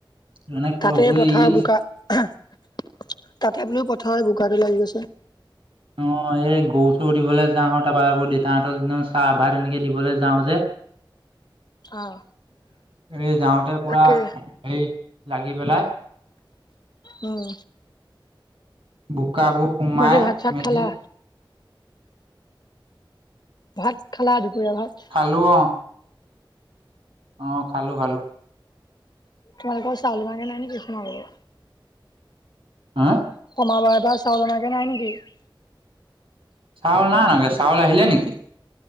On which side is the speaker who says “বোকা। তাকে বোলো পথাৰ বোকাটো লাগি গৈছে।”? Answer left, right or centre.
Left